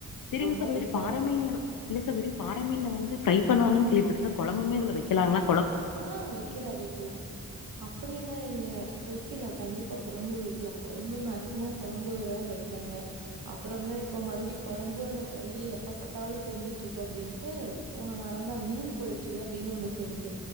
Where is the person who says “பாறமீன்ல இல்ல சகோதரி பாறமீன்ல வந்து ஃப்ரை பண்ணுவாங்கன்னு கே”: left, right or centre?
Left